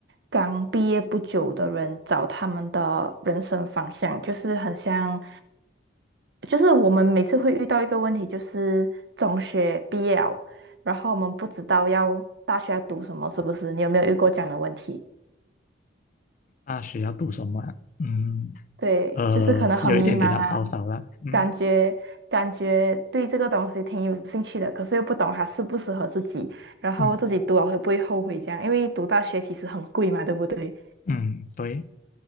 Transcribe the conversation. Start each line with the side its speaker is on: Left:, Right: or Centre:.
Right: 刚毕业不久的人找他们的人生方向，就是很像，就是我们每次会遇到一个问题，就是中学毕业了，然后我们不知道要大学要读什么，是不是？你有没有遇过这样的问题？
Left: 大学要读什么啊？嗯，
Right: 对，
Left: 呃，
Right: 就是可能很迷茫啊，
Left: 是有一点点啦，少少啦。嗯
Right: 感觉感觉对这个东西挺有兴趣的，可是又不懂它适不适合自己，然后自己读了会不会后悔这样？
Left: 嗯
Right: 因为读大学其实很贵嘛，对不对？
Left: 嗯，对